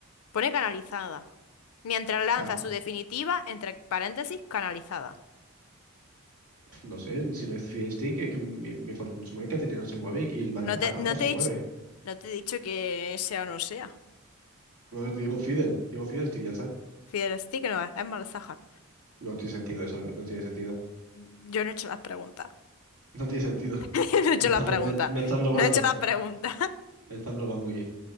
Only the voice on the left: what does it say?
Pone canalizada. Mientras lanza
su definitiva, entre paréntesis, canalizada.
No te, no
te he
dicho, no te he dicho que sea o no sea.
Fiddlestick no es, es Malzahar.
Yo no he hecho las preguntas.
<laughs> Yo No he hecho
las preguntas.
No he hecho las preguntas. <laughs>